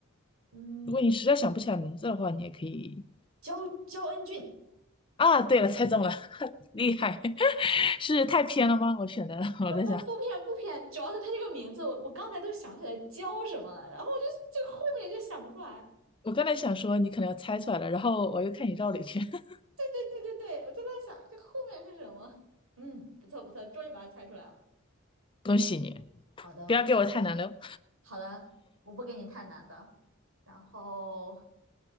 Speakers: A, on the right (about 75°); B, on the left (about 25°).
A: 嗯，
B: 如果你实在想不起来名字的话，你也可以
A: 焦焦恩俊？
B: 啊。对了，猜中了，<laughs> 厉害！<laughs> 是太偏了吗？我选的，我在想，
A: 呃，不不偏不偏，主要是他这个名字，我我刚才都想起来焦什么了，然后我就就后面就想不出来。
B: 我刚才想说你可能要猜出来了，然后我又看你绕了一圈，<laughs>
A: 对对对对对，我就在想这后面是什么？嗯，不错不错，终于把它猜出来了。
B: 恭喜你！
A: 好的
B: 不要给我太难的哦。
A: 好的，我不给你太难的。然后